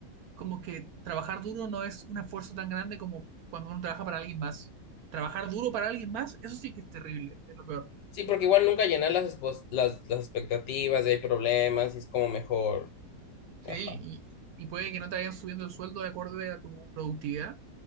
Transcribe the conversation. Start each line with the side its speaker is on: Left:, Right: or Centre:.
Right: como que trabajar duro no es un esfuerzo tan grande como cuando uno trabaja para alguien más. Trabajar duro para alguien más, eso sí que es terrible, es lo peor.
Left: Sí, porque igual nunca llenas las, expos- las, las expectativas, y hay problemas, y es como mejor.
Right: Sí,
Left: Ajá,
Right: y, y puede que no te vayan subiendo el sueldo de acorde a tu productividad.